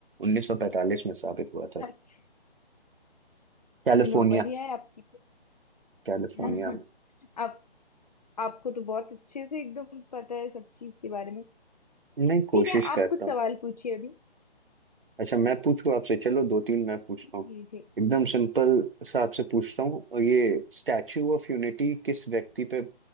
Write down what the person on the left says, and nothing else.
अच्छा
चलो बढ़िया है आपकी
<laughs>
आप आपको तो बहुत अच्छे से एकदम पता है सब चीज के बारे में
ठीक है आप
कुछ
सवाल पूछिए अभी
जी
जी